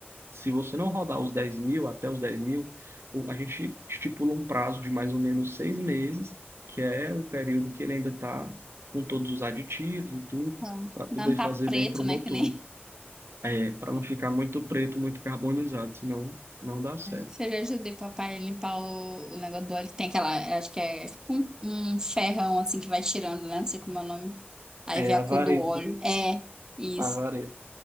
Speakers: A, on the right; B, on the right.
A: Se você não rodar os 10 mil, até os 10 mil, o- a gente estipula um prazo de mais ou menos seis meses, que é o período que ele ainda está com todos os aditivos e tudo,
B: ah,
A: para poder
B: Dá um papo
A: fazer
B: preto,
A: bem para o
B: né?
A: motor.
B: Que nem.
A: É, para não ficar muito preto, muito carbonizado, senão não dá certo.
B: Você já ajudei papai a limpar o, o negócio do óleo que tem aquela, acho que é tipo um, um ferrão assim que vai tirando, né? Não sei como é o nome. Aí
A: É
B: vê a
A: a
B: cor
A: vareta,
B: do óleo. É, isso.
A: a vareta.